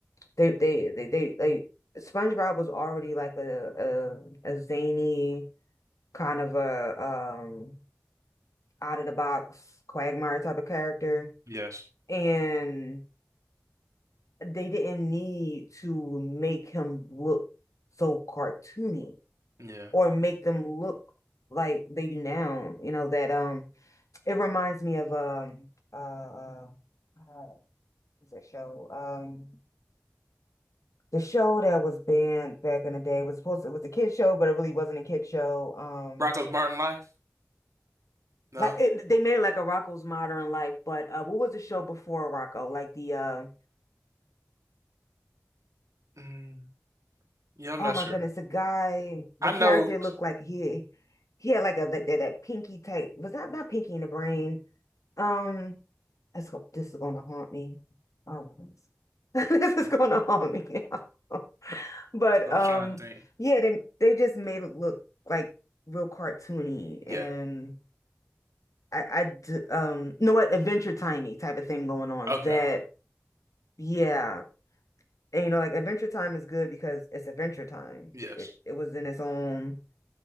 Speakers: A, on the left; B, on the right.
A: they they they they like SpongeBob was already like a a, a zany kind of a um out of the box Quagmire type of character,
B: Yes.
A: and they didn't need to make him look so cartoony
B: Yeah.
A: or make them look like they do now. You know that um. It reminds me of um uh, uh uh what was that show? Um the show that was banned back in the day was supposed to, it was a kid show, but it really wasn't a kid show. Um
B: Rocko's Modern Life? No.
A: like it, they made it like a Rocco's Modern Life, but uh what was the show before Rocco? Like the uh
B: Mm, yeah, I'm
A: oh
B: not
A: my
B: sure.
A: goodness, the guy, the
B: I know.
A: character looked like he he had like a that, that, that pinky type was not not pinky in the brain. Um That's go- this is gonna haunt me. Oh my goodness. <laughs> This is
B: Okay.
A: gonna haunt me now. <laughs> But
B: So I'm
A: um
B: trying to think.
A: yeah, they they just made it look like real cartoony
B: Yeah.
A: and I I d- um you know what Adventure Timey type of thing going on
B: Okay.
A: that yeah. And you know like Adventure Time is good because it's Adventure Time.
B: Yes.
A: It it was in its own,